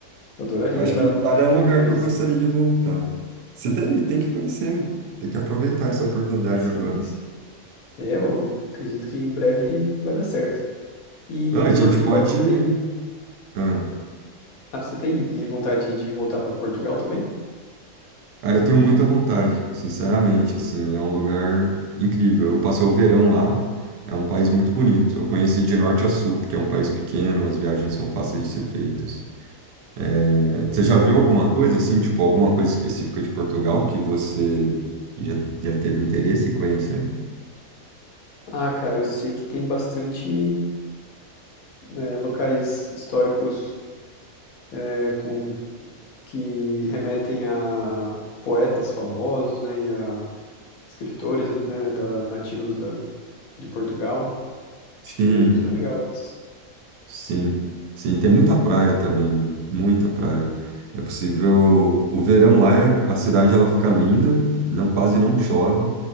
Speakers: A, on the left; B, on the right.
A: Eu adoraria
B: Eu acho
A: tá,
B: que Itália é um
A: poder
B: lugar
A: conhecer.
B: que eu gostaria de voltar. Você teria, tem que conhecer. Tem que aproveitar essa oportunidade
A: Sim,
B: agora.
A: é, eu acredito que em breve vai dar certo. E
B: Não, a gente
A: Portugal,
B: pode.
A: você tem?
B: Ah,
A: Ah, você tem e- vontade de voltar para Portugal também?
B: cara, eu tenho muita vontade, sinceramente. Assim, é um lugar incrível. Eu passei o verão lá. É um país muito bonito. Eu conheci de norte a sul, porque é um país pequeno, as viagens são fáceis de ser feitas. É, você já viu alguma coisa assim, tipo alguma coisa específica de Portugal que você já, já teve interesse em conhecer?
A: Ah, cara, eu sei que tem bastante né, locais históricos é, com que remetem a poetas famosos, né, e a escritores, né, da, nativos da, de Portugal.
B: Sim.
A: Acho que seria muito legal isso.
B: Sim, sim, tem muita praia também, muita praia. É possível, o verão lá é- a cidade ela fica linda, não quase não chove.